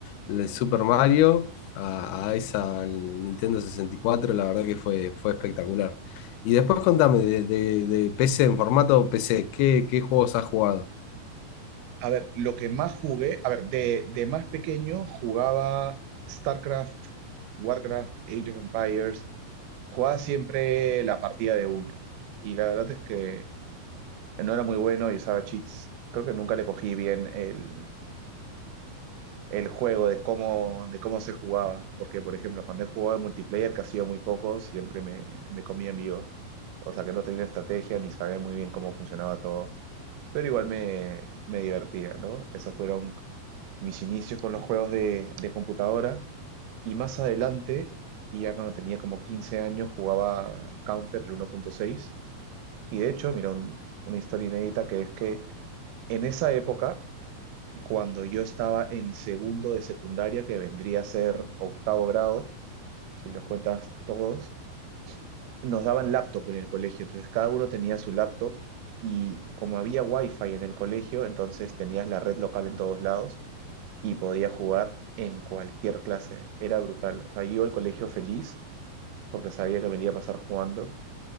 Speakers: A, on the left (about 80°); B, on the right (about 80°).
A: el Super Mario, a, a esa al Nintendo sesenta y cuatro, la verdad que fue, fue espectacular. Y después contame, de, de- de PC, en formato PC, ¿qué, qué juegos has jugado?
B: A ver, lo que más jugué, a ver, de, de más pequeño jugaba StarCraft, Warcraft, Age of Empires, jugaba siempre la partida de uno. Y la verdad es que no era muy bueno y usaba cheats. Creo que nunca le cogí bien el, el juego de cómo, de cómo se jugaba. Porque, por ejemplo, cuando he jugado en multiplayer, que ha sido muy poco, siempre me, me comía en vivo. O sea que no tenía estrategia ni sabía muy bien cómo funcionaba todo. Pero igual me, me divertía, ¿no? Esos fueron mis inicios con los juegos de, de computadora. Y más adelante, y ya cuando tenía como 15 años, jugaba Counter el 1.6. Y de hecho, mira, un- una historia inédita que es que en esa época cuando yo estaba en segundo de secundaria, que vendría a ser octavo grado, si los cuentas todos, nos daban laptop en el colegio, entonces cada uno tenía su laptop y como había wifi en el colegio, entonces tenías la red local en todos lados y podías jugar en cualquier clase, era brutal. O sea, yo iba al colegio feliz porque sabía que me la iba a pasar jugando